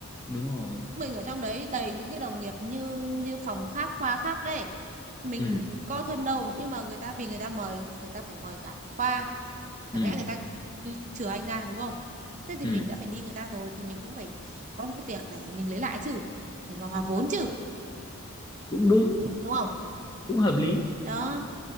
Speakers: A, on the left (about 20°); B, on the right (about 35°).
A: đúng rồi
B: mình ở trong đấy đầy những cái đồng nghiệp như như phòng khác khoa khác đấy mình
A: ừ
B: có thân đâu nhưng mà người ta vì người ta mời người ta phải mời cả khoa
A: ừ
B: chẳng lẽ người ta đi chừa anh ra đúng không thế thì
A: ừ
B: mình đã phải đi người ta rồi thì mình cũng phải có một cái tiệc để mình lấy lại chứ để mà hòa vốn chứ
A: cũng đúng
B: đúng không
A: cũng hợp lý
B: đó